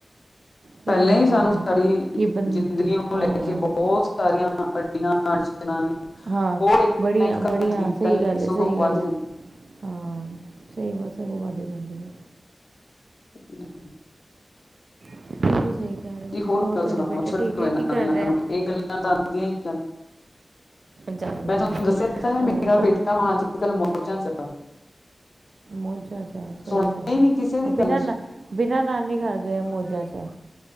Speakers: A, on the right; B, on the left.
A: ਫਿਰ
B: ਪਹਿਲਾਂ
A: ਮਨ
B: ਹੀ
A: ਦੁਖਦਾ
B: ਸਾਨੂੰ ਸਾਡੀ
A: ਕਿ ਬੰ
B: ਜ਼ਿੰਦਗੀ ਨੂੰ
A: ਹਾਂ
B: ਲੈ ਕੇ ਬਹੁਤ ਸਾਰੀਆਂ ਨਚ ਨੇ
A: ਹਾਂ
B: ਹੋਰ ਇੱਕ
A: ਬੜੀਆਂ
B: ਘੱਟ
A: ਬੜੀਆਂ
B: ਦਿੱਤਾ
A: ਸਹੀ ਗੱਲ
B: ਸਗੋ
A: ਹੈ ਸਹੀ ਗੱਲ
B: ਵੱਧ ਜਾਂ
A: ਹੈ ਹਾਂ ਸਹੀ ਬਸ ਸਗੋਂ ਵੱਧ ਜਾਂਦੀ ਆ
B: ਹਮ
A: ਤ' ਸਹੀ ਕਹਿ ਰਹੇ ਹੋ,
B: ਜੀ
A: ਹੋਰ
B: ਗੱਲ
A: ਤੁਹਾਡਾ
B: ਸੁਣਾਓ
A: ਬੇਟਾ
B: ਛੱਡੋ
A: ਠੀਕ ਹੈ
B: ਇਹਨਾਂ
A: ਕੀ ਕਰ
B: ਗੱਲਾਂ
A: ਰਿਹਾ
B: ਨੂੰ ਇਹ ਗੱਲਾਂ ਤਾਂ ਆਉਂਦੀਆਂ ਹੀ ਜਾਂ
A: ਜਾਂਦੀਆਂ
B: ਮੈਂ
A: ਰਹਿੰਦੀਏ
B: ਤੁਹਾਨੂੰ ਦੱਸਿਆ ਤਾਂ ਹੈ
A: ਹੋਰ
B: ਮੇਰਾ ਬੇਟਾ ਹੁਣ ਅੱਜ ਕੱਲ੍ਹ ਮੌਜਾਂ 'ਚ ਆ।
A: ਮੋਜਾਂ ਚ ਐ,
B: ਸੁਣਦਾ
A: ਸਹੀ ਗੱਲ
B: ਹੀ
A: ਹੈ
B: ਨਹੀਂ ਕਿਸੇ ਦੀ
A: ਉਹ ਬਿਨਾਂ-ਬਿਨਾਂ
B: ਗੱਲ
A: ਨਾਨੀ ਘਰ ਗਏ ਮੋਜ ਜੈ ਜਾ